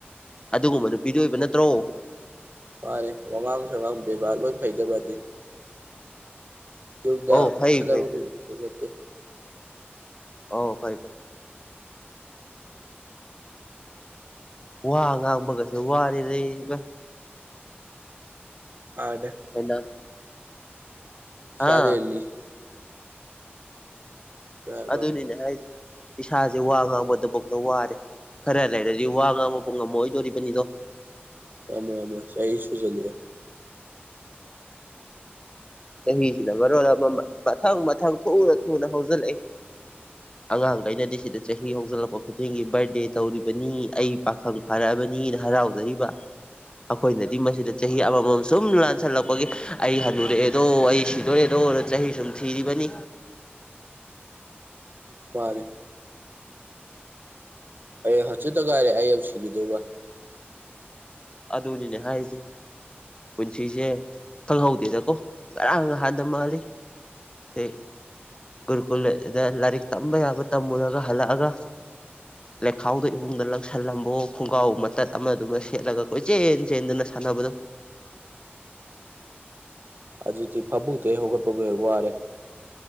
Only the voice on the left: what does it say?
ꯑꯗꯨꯒꯨꯝꯕ ꯅꯨꯄꯤꯗꯤ ꯑꯣꯏꯕ ꯅꯠꯇ꯭ꯔꯣ
ꯑꯧ ꯐꯩ
ꯐꯩ ꯐꯩ
ꯑꯣ ꯐꯩ ꯐꯩ ꯋꯥ ꯉꯥꯡꯕꯒꯁꯦ ꯋꯥꯔꯦꯅꯦ ꯏꯕꯥꯏ
ꯍꯦꯟꯅ
ꯑꯥ
ꯑꯗꯨꯅꯤꯅꯦ ꯍꯥꯏꯁꯦ ꯏꯁꯥꯁꯦ ꯋꯥ ꯉꯥꯡꯕ ꯗꯕꯣꯛꯇ ꯋꯥꯔꯦ ꯈꯔ ꯂꯩꯔꯗꯤ ꯋꯥ ꯉꯥꯡꯕ ꯄꯨ ꯉꯝꯃꯛ ꯑꯣꯏꯗꯣꯔꯤꯕꯅꯤꯗꯣ
ꯆꯍꯤꯁꯤꯅ ꯃꯔꯣꯜ ꯑꯃ ꯃꯊꯪ ꯃꯊꯪ ꯊꯨꯅ ꯊꯨꯅ ꯍꯧꯖꯤꯜꯂꯛꯏ ꯑꯉꯥꯡꯒꯩꯅꯗꯤ ꯁꯤꯗ ꯆꯍꯤ ꯍꯧꯖꯜꯂꯛꯄ ꯈꯨꯗꯤꯡꯒꯤ ꯕꯥꯔꯗꯦ ꯇꯧꯔꯤꯕꯅꯤ ꯑꯩ ꯄꯥꯈꯪ ꯐꯥꯔꯛꯑꯕꯅꯤꯅ ꯍꯔꯥꯎꯖꯔꯤꯕ ꯑꯩꯈꯣꯏꯅꯗꯤ ꯃꯁꯤꯗ ꯆꯍꯤ ꯑꯃꯃꯝ ꯁꯨꯝ ꯂꯥꯟꯁꯜꯂꯛꯄꯒꯤ ꯑꯩ ꯍꯟꯅꯨꯔꯛꯑꯦ ꯗꯣ ꯑꯩ ꯁꯤꯗꯣꯔꯦꯗꯣꯅ ꯆꯍꯤ ꯁꯨꯝ ꯊꯤꯔꯤꯕꯅꯤ
ꯑꯗꯨꯗꯤꯅꯦ ꯍꯥꯏꯁꯦ ꯄꯨꯟꯁꯤꯁꯦ ꯈꯪꯍꯧꯗꯦꯗꯀꯣ ꯉꯔꯥꯡ ꯉꯍꯥꯟꯗ ꯃꯥꯜꯂꯤ ꯗꯦ ꯒꯨꯔꯨꯀꯨꯜꯗ ꯂꯥꯏꯔꯤꯛ ꯇꯝꯕ ꯌꯥꯕ ꯇꯝꯃꯨꯔꯒ ꯍꯜꯂꯛꯑꯒ ꯂꯩꯈꯥꯎꯗꯣ ꯏꯃꯨꯡꯗ ꯂꯪꯁꯜꯂꯝꯕꯋꯣ ꯈꯣꯡꯒ꯭ꯔꯥꯎ ꯃꯇꯠ ꯑꯃꯗꯨꯃ ꯁꯦꯠꯂꯒ ꯀꯣꯏꯆꯦꯟ ꯆꯦꯟꯗꯅ ꯁꯥꯟꯅꯕꯗꯣ